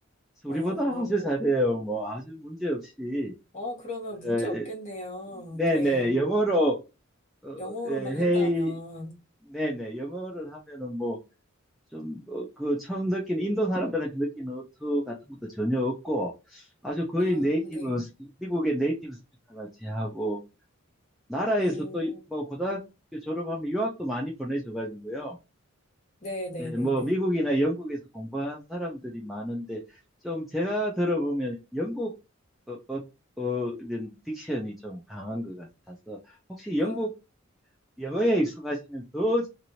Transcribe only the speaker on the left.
어,
어, 그러면 문제
없겠네요.
네.
영어로만
한다면.
아,
네.
음,
네네네네.
아,